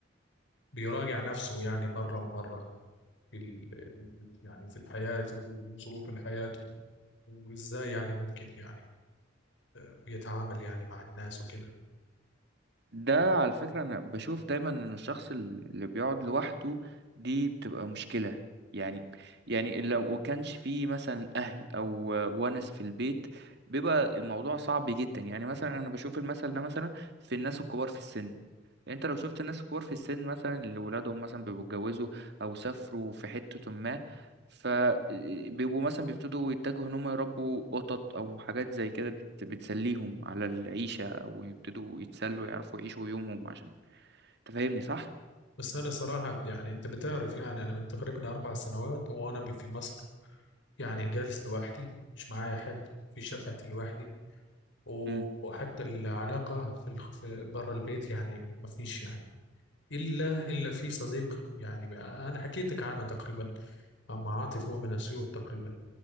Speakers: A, on the left; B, on the right.
A: بيراجع نفسه يعني مرة ومرة في ال... يعني في الحياة وظروف الحياة وإزاي يعني ممكن يعني بيتعامل يعني مع الناس وكده
B: ده على فكرة أنا بشوف دايما إن الشخص ال- اللي بيقعد لوحده دي بتبقى مشكلة يعني يعني لو كانش فيه مثلا أهل أو ونس في البيت بيبقى الموضوع صعب جدا يعني مثلا أنا بشوف المثل ده مثلا في الناس الكبار في السن انت لو شفت الناس الكبار في السن مثلا اللي ولادهم مثلا بيبقوا اتجوزوا او سافروا في حتة ما فبيبقوا مثلا بيبتدوا يتجهوا ان هم يربوا قطط او حاجات زي كده بت... بتسليهم على العيشة او يبتدوا يتسلوا يعرفوا يعيشوا يومهم عشان تفهمني صح؟
A: بس أنا صراحة يعني أنت بتعرف يعني أنا من تقريبا أربع سنوات وأنا في مصر يعني جالس لوحدي مش معايا حد في شقتي لوحدي و-
B: امم
A: وحتى العلاقة في الخ... في بره البيت يعني ما فيش يعني إلا إلا في صديق يعني بقى- أنا حكيتك عنه تقريبا مع عاطف هو من أسيوط تقريبا